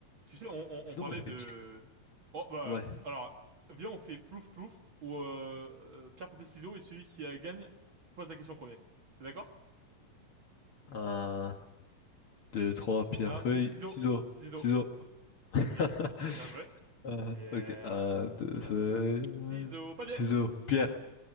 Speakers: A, on the right; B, on the left.
A: Tu sais, on, on-
B: Sinon,
A: on parlait
B: moi, j'avais
A: de...
B: une petite...
A: Oh, bah,
B: Ouais.
A: alors, viens, on fait plouf plouf, où euh, euh, pierre, papier, ciseaux, et celui qui euh, gagne pose la question en premier. T'es d'accord?
B: Un, deux, trois, pierre,
A: Ah,
B: feuille,
A: c'est ciseaux.
B: ciseaux.
A: Ciseaux.
B: Ciseaux. <laughs>
A: Ok, bien joué.
B: Euh,
A: Pierre,
B: ok. Un, deux,
A: feuille,
B: feuille, euh,
A: ciseaux, papier.
B: ciseaux, pierre.